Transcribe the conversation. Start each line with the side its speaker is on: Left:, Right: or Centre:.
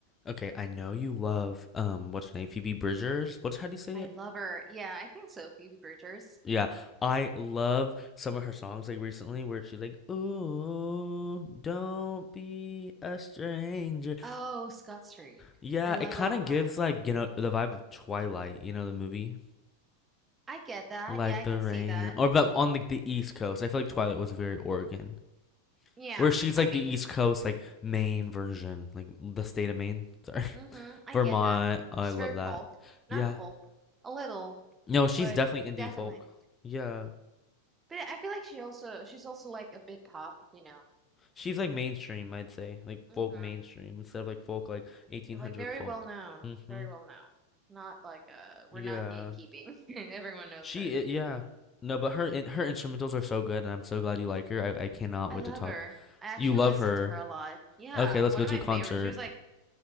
Left: Okay, I know you love um what's her name? Phoebe Bridgers. What's how do you say
Right: I
Left: it?
Right: love her. Yeah, I think so. Phoebe Bridgers.
Left: Yeah. I love some of her songs like recently where she's like, Ooh, don't be a stranger.
Right: Oh, Scott Street.
Left: Yeah,
Right: I love
Left: it kinda
Right: that one.
Left: gives like, you know, the vibe of Twilight, you know, the movie?
Right: I get that.
Left: Like
Right: Yeah, I
Left: the
Right: can
Left: rain.
Right: see that.
Left: Or but on like the East Coast. I feel like Twilight was very Oregon.
Right: Yeah,
Left: Where she's
Right: I
Left: like
Right: mean,
Left: the East Coast,
Right: yeah.
Left: like Maine version, like the state of Maine. Sorry.
Right: Mm-hmm.
Left: <laughs>
Right: I
Left: Vermont.
Right: get that.
Left: I
Right: She's
Left: love
Right: very
Left: that.
Right: folk. Not
Left: Yeah.
Right: folk, but a little,
Left: No, she's
Right: but
Left: definitely indie
Right: definitely.
Left: folk. Yeah.
Right: But I feel like she also she's also like a bit pop, you know.
Left: She's like mainstream, I'd say. Like
Right: Mm-hmm.
Left: folk mainstream instead of like folk like 1800
Right: Like very
Left: folk.
Right: well known.
Left: Mm-hmm.
Right: Very well known. Not like uh we're
Left: Yeah.
Right: not gatekeeping. <laughs> Everyone knows
Left: She
Right: her.
Left: i- yeah. No, but her in, her instrumentals are so good and I'm so glad you like her. I I cannot
Right: I
Left: wait
Right: love
Left: to talk.
Right: her. I actually
Left: You love
Right: listen
Left: her.
Right: to her a lot. Yeah,
Left: Okay, let's
Right: one
Left: go
Right: of
Left: to
Right: my
Left: a concert.
Right: favorites. She was like